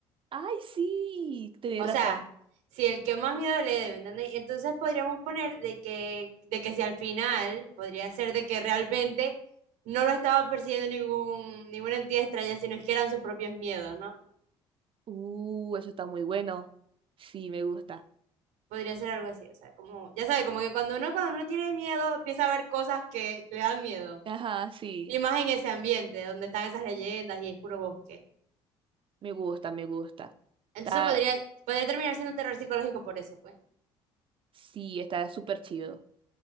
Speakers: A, on the right; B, on the right.
A: ¡Ay, sí! Tenés
B: O
A: razón.
B: sea, si el que más miedo le dé, ¿me entiendes? Entonces podríamos poner de que, de que si al final podría ser de que realmente no lo estaba persiguiendo ningún, ninguna entidad extraña, sino que eran sus propios miedos, ¿no?
A: Uh, eso está muy bueno. Sí, me gusta.
B: Podría ser algo así, o sea, como, ya sabe, como que cuando uno, cuando uno tiene miedo, empieza a ver cosas que le dan miedo.
A: Ajá, sí.
B: Y más en ese ambiente, donde están esas leyendas y es puro bosque.
A: Me gusta, me gusta.
B: Entonces
A: Está,
B: podría, podría terminar siendo terror psicológico por eso, pues.
A: sí, está súper chido.